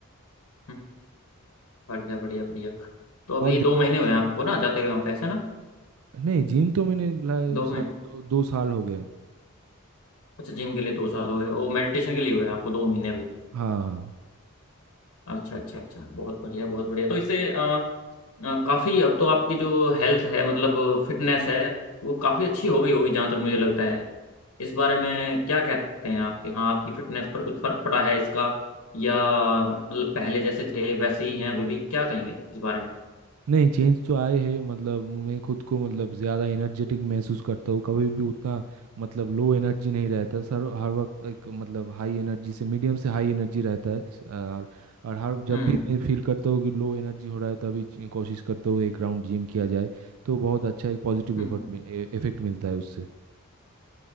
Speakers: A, on the left; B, on the right.
A: हम्म, बढ़िया बढ़िया बढ़िया तो अभी
B: और देखा
A: दो महीने हुए हैं आपको ना जाते हुए वहाँ पे ऐसा ना
B: नहीं जिम तो मैंने ला-
A: दो महीने
B: शायद दो, दो साल हो गया
A: अच्छा जिम के लिए दो साल हो गए और मेडिटेशन के लिए हुए हैं आपको दो महीने अभी
B: हाँ हाँ
A: अच्छा अच्छा अच्छा बहुत बढ़िया बहुत बढ़िया तो इससे अ, अ, काफी अब तो आपकी जो हेल्थ है मतलब फिटनेस है वो काफी अच्छी हो गई होगी जहां तक मुझे लगता है इस बारे में क्या कहते हैं आपके हाँ आपकी फिटनेस पर कुछ फर्क पड़ा है इसका या मतलब पहले जैसे थे वैसे ही हैं अभी भी क्या कहेंगे इस बारे में
B: नहीं चेंज तो आए हैं मतलब मैं खुद को मतलब ज़्यादा एनर्जेटिक महसूस करता हूँ कभी भी उतना मतलब लो एनर्जी नहीं रहता सर हर वक्त एक मतलब हाई एनर्जी से मीडियम से हाई एनर्जी रहता है स- और और हर
A: हम्म
B: जब भी मैं फील करता हूँ कि लो एनर्जी हो रहा है तभी च- कोशिश करता हूँ एक राउंड जिम किया जाए तो बहुत अच्छा एक पॉजिटिव
A: हम्म
B: एफर्ट इफेक्ट मिलता है उससे